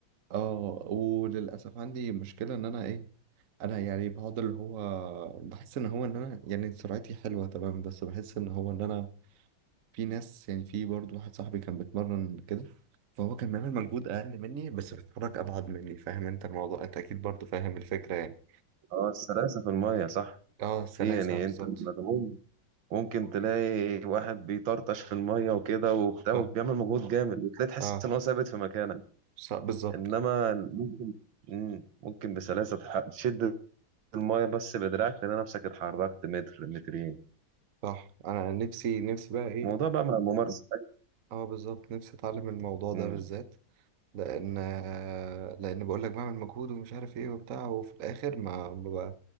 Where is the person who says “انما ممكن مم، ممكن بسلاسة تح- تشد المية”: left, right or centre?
Right